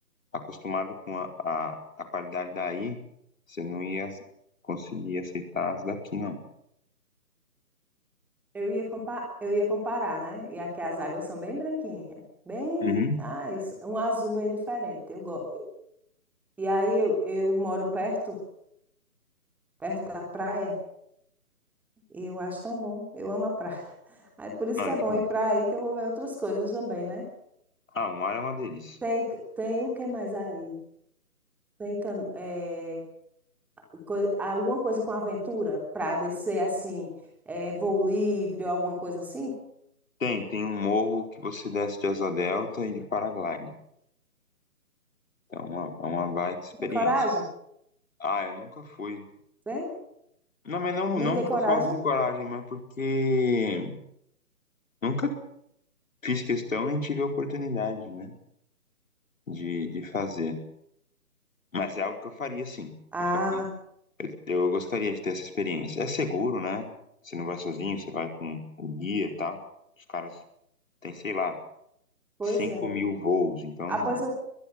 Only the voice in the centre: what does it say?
Eu ia compa- eu ia comparar, né? E aqui as águas são bem branquinhas. Bem,
ah, isso- um azul bem diferente. Eu gosto. E aí eu, eu moro perto, perto da praia, e eu acho tão bom. Eu amo a praia. <laughs> Aí por isso
que
é
bom ir para aí que eu vou ver outras coisas também, né?
Tem, tem o que mais aí? Tem can- é, coi- alguma coisa com aventura para descer assim, é, voo livre ou alguma coisa assim?
Tem coragem?
Tem?
Nem
ter
coragem?
Ah,
pois
é.
Ah, pois eu-